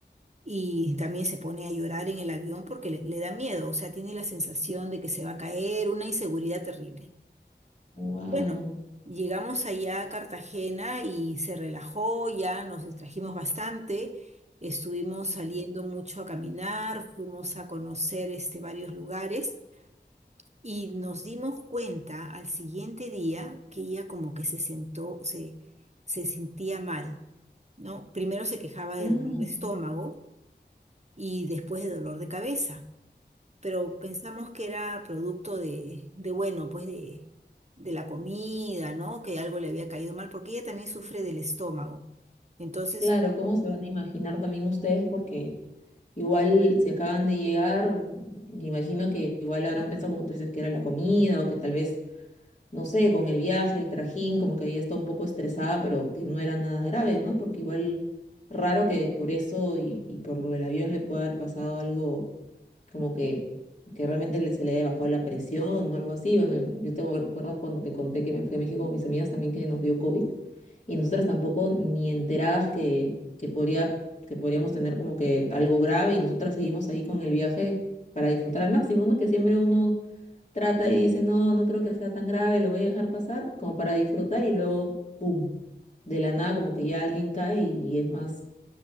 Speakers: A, on the right; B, on the left.
A: y también se pone a llorar en el avión porque le, le da miedo. O sea, tiene la sensación de que se va a caer, una inseguridad terrible.
B: Wow.
A: Bueno, llegamos allá a Cartagena y se relajó, ya nos distrajimos bastante, estuvimos saliendo mucho a caminar, fuimos a conocer este, varios lugares y nos dimos cuenta al siguiente día que ella como que se sentó, se, se sentía mal, ¿no? Primero se quejaba de
B: Ah,
A: dolor de estómago y después de dolor de cabeza pero pensamos que era producto de, de bueno, pues de, de la comida, ¿no? Que algo le había caído mal, porque ella también sufre del estómago. Entonces,
B: Claro, ¿cómo se van a imaginar también ustedes? Porque igual si acaban de llegar, me imagino que igual habrán pensado, como tú dices, que era la comida o que tal vez no sé, con el viaje, el trajín, como que había estado un poco estresada, pero que no era nada grave, ¿no? Porque igual raro que por eso y, y por lo del avión le pueda haber pasado algo como que, que realmente le- se le haya bajado la presión o algo así. Bueno, yo te acuerdas cuando te conté que me fui a México con mis amigas también que nos dio COVID y nosotras tampoco ni enteradas que, que podría, que podríamos tener como que algo grave y nosotras seguimos ahí con el viaje para disfrutar al máximo, ¿no? Que siempre uno trata y dice, no, no creo que sea tan grave, lo voy a dejar pasar, como para disfrutar y luego, ¡pum! De la nada como que ya alguien cae y, y es más,